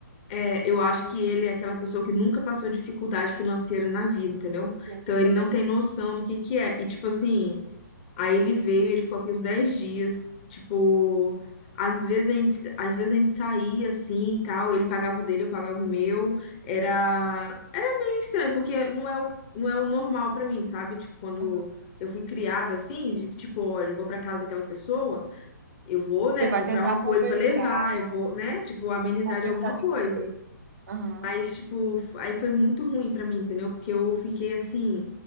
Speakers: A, on the left; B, on the right.
A: é, eu acho que ele é aquela pessoa que nunca passou dificuldade financeira na vida, entendeu?
B: Pelo
A: Então,
B: que eu
A: ele
B: tô
A: não
B: vendo.
A: tem noção do que que é. E, tipo assim, Aí ele veio, ele ficou aqui uns 10 dias. Tipo, às vezes a gente, às vezes a gente saía assim e tal, ele pagava o dele, eu pagava o meu. Era, era meio estranho, porque não é o, não é o normal pra mim, sabe? Tipo, quando
B: Aham.
A: eu fui criada assim, de que, tipo, olha, eu vou pra casa daquela pessoa, eu vou, né,
B: Você vai
A: comprar
B: tentar
A: uma coisa
B: compensar.
A: pra levar, eu vou, né, tipo, amenizar
B: Compensar
A: de alguma coisa.
B: de que jeito? Aham.
A: Mas, tipo, aí foi muito ruim pra mim, entendeu? Porque eu fiquei assim,